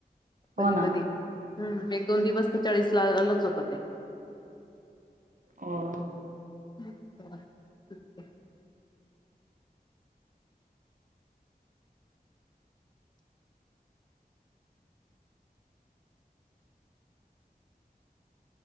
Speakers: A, on the right; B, on the left.
A: हो
B: कधी
A: ना
B: कधी, हम् एक दोन दिवस तर चाळीस ला आलच होत ते.
A: हो
B: हा ठीके.